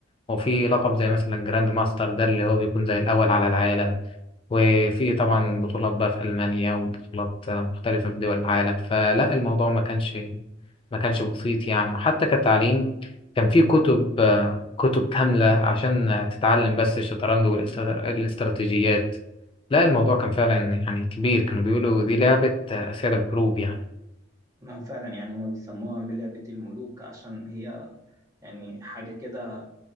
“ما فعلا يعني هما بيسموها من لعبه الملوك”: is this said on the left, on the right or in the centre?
Right